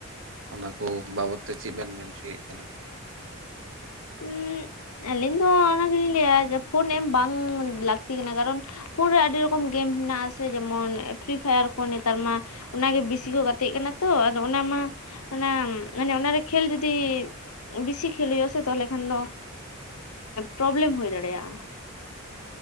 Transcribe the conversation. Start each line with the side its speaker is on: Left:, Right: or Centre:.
Right: ᱚᱱᱟ ᱠᱚ ᱵᱟᱵᱚᱛ ᱛᱮ ᱪᱮᱫ ᱵᱮᱱ ᱢᱮᱱ ᱚᱪᱚᱭᱮᱫ ᱠᱟᱱᱟ
Left: ᱦᱩᱸᱻ ᱟᱹᱞᱤᱧ ᱫᱚ ᱚᱱᱟ <unintelligible> <unintelligible> ᱞᱟᱹᱭᱟ ᱡᱮ ᱯᱷᱳᱱ ᱮᱢ ᱵᱟᱝ ᱞᱟᱹᱠᱛᱤ ᱠᱟᱱᱟ ᱠᱟᱨᱚᱱ ᱯᱷᱳᱱ ᱨᱮ ᱟᱹᱰᱤ ᱨᱚᱠᱚᱢ ᱜᱮᱢ ᱢᱮᱱᱟᱜ ᱟᱥᱮ ᱡᱮᱢᱚᱱ ᱯᱷᱨᱤ ᱯᱷᱟᱭᱟᱨ ᱠᱚ ᱱᱮᱛᱟᱨ ᱢᱟ ᱚᱱᱟᱜᱮ ᱵᱤᱥᱤ ᱠᱚ ᱜᱟᱛᱮᱜ ᱠᱟᱱᱟ ᱛᱚ ᱟᱫᱚ ᱚᱱᱟ ᱢᱟ ᱚᱱᱟ ᱢᱟᱱᱮ ᱚᱱᱟᱨᱮ ᱠᱷᱮᱞ ᱡᱩᱫᱤ ᱵᱤᱥᱤ ᱠᱷᱮᱞ ᱦᱩᱭᱩᱜ ᱟᱥᱮ ᱛᱟᱦᱚᱞᱮ ᱠᱷᱟᱱ ᱫᱚ ᱯᱨᱚᱵᱮᱞᱮᱢ ᱦᱩᱭ ᱫᱟᱲᱮᱭᱟᱜᱼᱟ ᱾